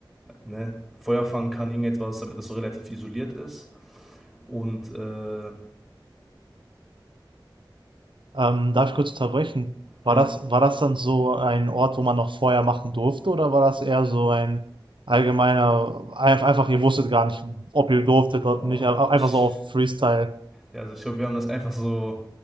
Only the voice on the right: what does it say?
Ähm, darf ich kurz unterbrechen? War
das, war das dann so ein Ort, wo man noch vorher machen durfte, oder war das eher so ein allgemeiner, ein- einfach, ihr wusstet gar nicht, ob ihr durftet oder
nicht, aber einfach
so auf Freestyle?